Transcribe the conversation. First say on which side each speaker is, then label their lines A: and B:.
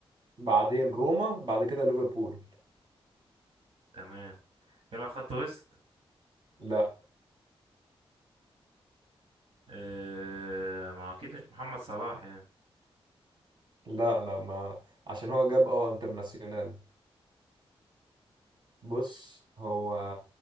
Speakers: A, on the right; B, on the right.
A: بعدين روما بعد كده ليفربول
B: تمام بيلعب خط وسط
A: لا
B: اه ما هو اكيد مش محمد صلاح يعني
A: لا لا ما عشان هو جاب اه انترناسيونال بص هو